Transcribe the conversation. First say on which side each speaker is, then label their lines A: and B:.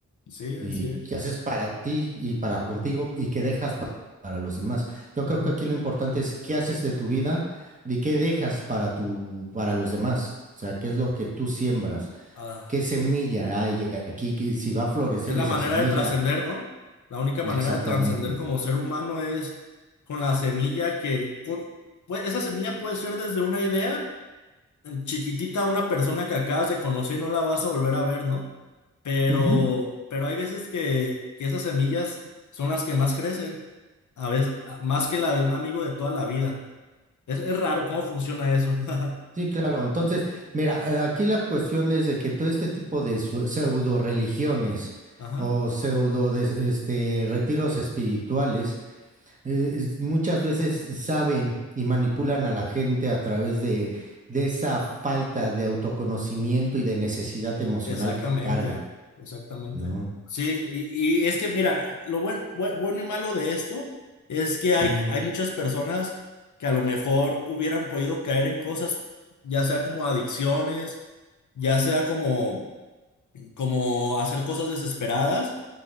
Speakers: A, on the left; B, on the right.
A: Sí, así
B: y
A: es.
B: qué haces para ti y para contigo y qué dejas pa- para los demás. Yo
A: Ujú.
B: creo que aquí lo importante es qué haces de tu vida y qué dejas para tu, para los demás. O sea, qué es lo que tú siembras,
A: Ah.
B: qué semilla hay aquí, que si va a florecer
A: es la
B: esa
A: manera
B: semilla.
A: de trascender, ¿no? La única manera
B: Exactamente.
A: de trascender como ser humano es con la semilla que, con- pues, esa semilla puede ser desde una idea eh, chiquitita a una persona que acabas de conocer y no la vas a volver a ver, ¿no? Pero,
B: Ujú.
A: pero hay veces que, que esas semillas son las que más crecen, a veces, a- más que la de un amigo de toda la vida. Es, es raro cómo funciona eso. <laughs>
B: Sí, claro. Entonces, mira, eh, aquí la cuestión es de que todo este tipo de su- pseudo religiones
A: Ajá.
B: o pseudo des- este, retiros espirituales eh, es- muchas veces saben y manipulan a la gente a través de, de esa falta de autoconocimiento y de necesidad emocional
A: Exactamente,
B: que cargan,
A: exactamente.
B: ¿no?
A: Sí, y, y es que mira, lo buen- bue- bueno y malo de esto es que hay,
B: Mm,
A: hay muchas personas que a lo mejor hubieran podido caer en cosas, ya sea como adicciones, ya sea como, como hacer cosas desesperadas,